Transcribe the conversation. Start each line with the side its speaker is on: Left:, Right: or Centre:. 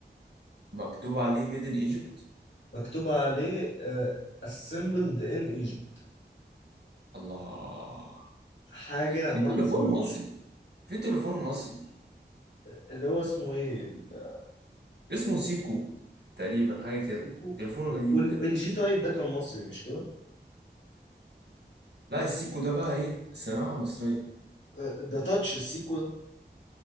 Right: مكتوب عليه ميدن ايجيبت
Left: مكتوب عليه آه، assembled in Egypt
Right: الله
Left: حاجة
Right: في
Left: ما
Right: تليفون
Left: حصلتش
Right: مصري في تليفون مصري
Left: اللي هو اسمه ايه ال-
Right: اسمه سيكو تقريبا حاجة
Left: السيكو
Right: كده تليفون غريب
Left: والجي
Right: كده
Left: تايب ده كان مصري مش كده
Right: لا السيكو ده بقى ايه صناعة مصرية
Left: آه، ده تاتش السيكو ده